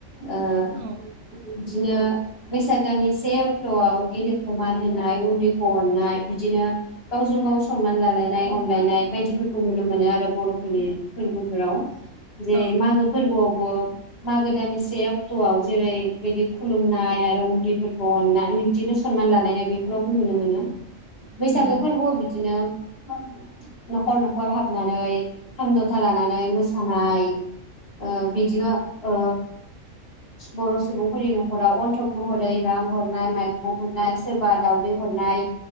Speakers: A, on the left; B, on the right.
A: ओ
B: ओम औ
A: बिदिनो बैसाग दाननि से अक्ट'आव गेदेरखौ मान होनाय उन्दैखौ अननाय बिदिनो गावजों गाव सनमान लालायनाय अनलायनाय बायदिफोरखौ नुनो मोनो आरो बर'फोरनि फोरबोफोराव जेरै
B: औ
A: मागो फोरबोआवबो मागो दानानि से अक्ट'आव जेरै बिदि खुलुमनाय आरो उन्दैफोरखौ अननाय बिदिनो सनमान लानायनाय बेफोरावबो नुनो मोनो बैसागो
B: ओम
A: फोरबोआव बिदिनो न'खर न'खर हाबनानै खाम जथा लानानै मोसानाय ओ बिदिनो ओ बर' सुबुंफोरनि न'खराव अन्थब महरै रां हरनाय माइरं हरनाय सोरबा दावदै हरनाय